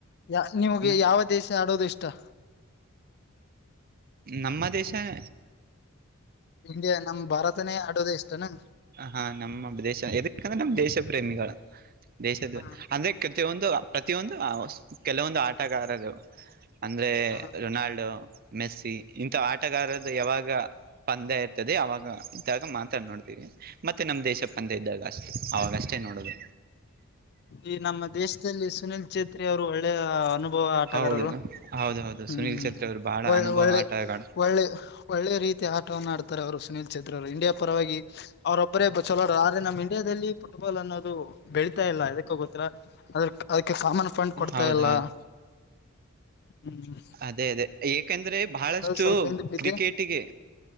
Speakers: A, on the left; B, on the right.
A: ಯಾ ನಿಮಗೆ
B: ನ-
A: ಯಾವ ದೇಶ ಆಡೋದು ಇಷ್ಟಾ.
B: ನಮ್ಮ ದೇಶಾಯೆ.
A: ಇಂಡಿಯಾ ನಮ್ಮ ಭಾರತನೇ ಆಡೋದು ಇಷ್ಟನಾ.
B: ಹಾ ನಮ್ಮ ದೇಶ ಯದಕಂದ್ರೆ ನಮ್ಮ ದೇಶ ಪ್ರೇಮಿಗಳು ದೇಶದ
A: ಹ
B: ಅಂದ್ರೆ ಕತೆಯೊಂದು. ಪ್ರತಿಯೊಂದು ಕೆಲವೊಂದು ಆಟಗಾರರು ಅಂದ್ರೆ
A: ಹ
B: ರೊನಾಲ್ಡೊ. ಮೆಸ್ಸಿ ಇಂಥ ಆಟಗಾರ್ದ ಯಾವಾಗ ಪಂದ್ಯ ಇ ತ್ತದೆ ಅವಾಗ ಇದ್ದಾಗ ಮಾತ ನೋಡ್ತೀವಿ ಮತ್ತೆ ನಮ್ಮ ದೇಶ. ಶ ಪಂದ್ಯ ಇದ್ದಾಗ ಅಷ್ಟೇ ಅವಾಗಷ್ಟೇ ನೋಡೋದು.
A: ಈ ನಮ್ಮ ದೇಶದಲ್ಲಿ ಸುನಿಲ್ ಛೇತ್ರಿ ಅವರು ಒಳ್ಳೆಯ ಅನು ಬವ ಆಟಗಾರರು
B: ಹೌದು ಹೌದೌದು
A: ಹು
B: ಸುನೀಲ್ ಚೇತ್ರಿ ಅವರು ಬಹಳ
A: ಒಳ್ಳೆ
B: ಅನುಭವ
A: ಒಳ್ಳೆ
B: ಆಟಗಾರರು
A: ಒಳ್ಳೆ. ಒಳ್ಳೆ ರೀತಿಯ ಆಟವನ್ನು ಆಡ್ತಾರೆ ಅವರು ಸುನೀಲ್ ಛೇತ್ರಿ ಅವರು ಇಂಡಿಯಾ ಪರವಾಗಿ. ಅವರೋಬ್ರೆ ಚಲೋರು ಆದ್ರ ನಮ್ಮ ಇಂಡಿಯಾದಲ್ಲಿ ಫುಟ್ಬಾಲ್ ಅನ್ನೋದು ಬೆಳೀತಾ ಇಲ್ಲಾ ಎದಕ್ ಕ್ಕೋ ಗೊತ್ತಿಲ್ಲಾ ಅದ ಅದಕ್ಕೆ ಸಾಮನ್ ಫಂಡ್ ಕೊಡ್ತಾ
B: ಹೌದೌದು
A: ಇಲ್ಲಾ ಹು ಹು
B: ಅದೇ ಅದೇ ಏಕಂದ್ರೆ ಬಹಳಷ್ಟು
A: ಸ್ವಲ್ಪ ಹಿಂದಕ್ ಬಿದ್ದೆ
B: ಕ್ರಿಕೆಟಿಗೆ.